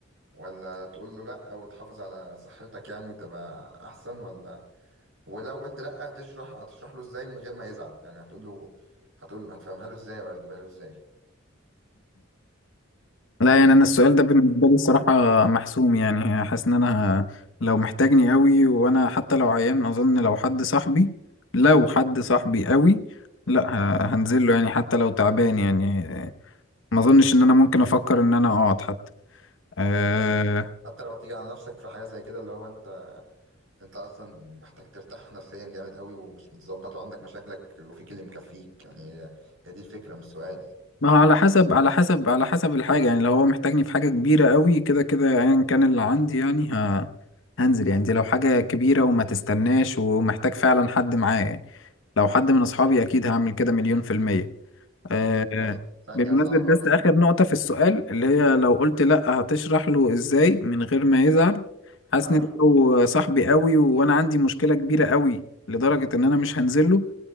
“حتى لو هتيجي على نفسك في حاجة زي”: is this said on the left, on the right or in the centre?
Right